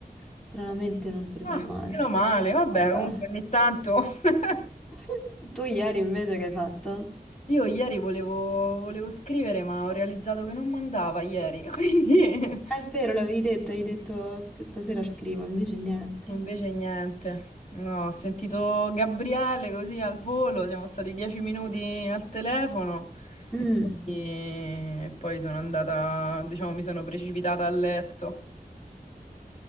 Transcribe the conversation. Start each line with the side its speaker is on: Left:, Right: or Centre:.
Centre: stranamente non preso
Left: Ah,
Centre: a male.
Left: meno male, vabbè,
Centre: Vabbè.
Left: comunque ogni tanto... <laughs>
Centre: <laughs> Tu ieri invece che hai fatto?
Left: Io ieri volevo, volevo scrivere, ma ho realizzato che non mandava ieri, <laughs> quindi
Centre: È vero, l'avevi detto, hai detto "Sc- stasera scrivo, invece niente.
Left: invece niente. No, ho sentito Gabriele così al volo, siamo stati dieci minuti al telefono
Centre: Mm.
Left: e poi, e poi sono andata, diciamo, mi sono precipitata a letto.